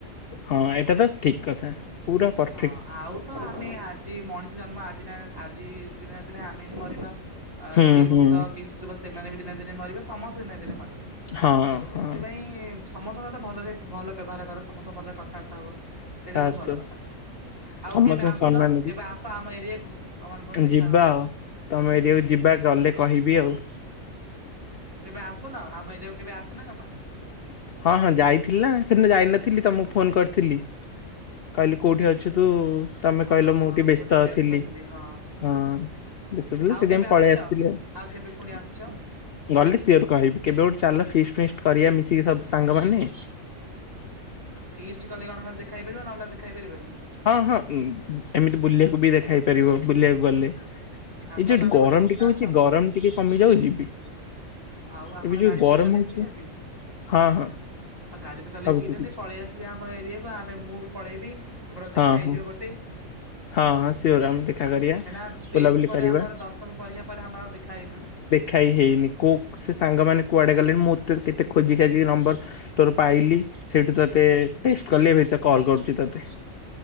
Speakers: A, on the left (about 55°); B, on the right (about 15°).
A: ହଁ ହେଇଟା ତ ଠିକ୍ କଥା ପୁରା ପର
B: ହଁ ଆଉ ତ ଆମେ ଆଜି ମଣିଷ ଜନ୍ମ ଆଜି ନା ଆଜି ଦିନେ ନା ଦିନେ ଆମେ ହିଁ ମରିବା। ଆଉ
A: ହୁଁ
B: ଯିଏ
A: ହୁଁ
B: ମୋ ସହିତ ମିଶୁଥିବ ସେମାନେ ବି ଦିନେ ନା ଦିନେ ମରିବେ ସମସ୍ତେ ଦିନେ ନା ଦିନେ ମରିବେ।
A: ହଁ
B: ଶୋ
A: ହଁ
B: ହେଥିପାଇଁ ସମସ୍ତଙ୍କ ସହିତ ଭଲରେ ଭଲ ବ୍ୟବହାର କର ସମସ୍ତଙ୍କୁ ଭଲରେ କଥାବାର୍ତ୍ତା ହୁଅ। ସେଇଟା
A: ବାସ୍
B: ବହୁତ ଭଲ
A: ବାସ୍
B: କଥା। ଆଉ
A: ସମସ୍ତଙ୍କୁ
B: କେବେ ଆସୁନ
A: ସମ୍ମାନ
B: କେବେ ଆସ ଆମ ଏରିଆକୁୁ ତମର
A: ଦେଇ
B: ମୋର ଦେଖା
A: ଯିବା
B: ହବା।
A: ଆଉ। ତମ ଏରିଆକୁ ଯିବା ଗଲେ କହିବି ଆଉ।
B: କେବେ ଆଶୁନ ଆମ ଏରିଆକୁ କେବେ ଆସିନ ଜମା?
A: ହଁ ହଁ ଯାଇଥିଲି ନା ସେଦିନ ଯାଇନଥିଲି ତମକୁ ଫୋନ୍ କରିଥିଲି। କହିଲି କୋଉଠି ଅଛୁ ତୁ ତମେ
B: ହଁ
A: କହିଲ ମୁଁଟିକି
B: ହଁ ମୁଁ
A: ବ୍ୟସ୍ତ
B: ଟିକେ
A: ଥିଲି
B: ହଁ
A: ହଁ। ବ୍ୟସ୍ତ ଥିଲୁ
B: ଆଉ
A: ସେଥିପାଇଁ
B: କେବେ
A: ମୁଁ
B: ଆସୁଛ?
A: ପଳେଇ ଆସିଥିଲି ଆଉ।
B: କେବେ ପୁଣି ଆସୁଛ
A: ଗଲେ ସିଓର କହିବି କେବେ ଗୋଟେ ଚାଲ ଫିଷ୍ଟି ଫିଷ୍ଟି କରିବା ମିଶିକି ସବୁ ସାଙ୍ଗମାନେ।
B: ଫିଷ୍ଟି କଲେ କଣ ଖାଲି ଦେଖା ହେଇପାରିବ ନହେଲା ଆଉ ଦେଖା ହେଇପାରିବନି?
A: ହଁ ହଁ ଏମିତି ବୁଲିବାକୁ ବି ଦେଖାହେଇପାରିବ ବୁଲିବାକୁ ଗଲେ। ଏଇ
B: ଆସ
A: ଯୋଉଠୁ
B: ତାହେଲେ ଗୋଟେ
A: ଗରମ
B: କୋଉଦିନ
A: ଟିକେହଉଚି
B: ଆସ।
A: ଗରମଟିକେ କମି ଯାଉ ଯିବି।
B: ଆଉ ଆପଣ
A: ଏବେ ଯୋଉ
B: ଗାଡ଼ି
A: ଗରମ
B: ଫାଡ଼ି ଚଲେଇ
A: ହଉଛି
B: ଶିଖିଛନ୍ତି
A: ହଁ ହଁ
B: ଆଉ ଗାଡ଼ି ତ ଚଲେଇ
A: ଭାବୁଛି
B: ଶିଖିଛନ୍ତି
A: କିଛି
B: ପଳେଇଆସ ସିବେ ଆମ ଏରିଆକୁ ଆମେ ମୁଁ ବି ପଳେଇବି ଆମର ଦେଖା
A: ହଁ
B: ହେଇଯିବ
A: ହଁ
B: ଗୋଟେ।
A: ହଁ ହଁ ସିଓର ଆମେ ଦେଖା କରିବା
B: କାହିଁକିନା
A: ବୁଲାବୁଲି
B: ଟେନ୍ଥ ପରେ
A: କରିବା
B: ଆମର ଦଶମ ପରୀକ୍ଷା ପରେ ଆମର ଆଉ ଦେଖା ହେଇନି ନା।
A: ଖାଇ ହେଇନି କୋ ସେସାଙ୍ଗମାନେ କୁଆଡ଼େ ଗଲେ ମୁଁ ତେ କେତେ ଖୋଜି ଖାଜିକି ନମ୍ବର ତୋର ପାଇଲି ସେଇଠୁ ତତେ ଫିଷ୍ଟି କଲି ଏବେ ତ କଲ କରୁଚି ତତେ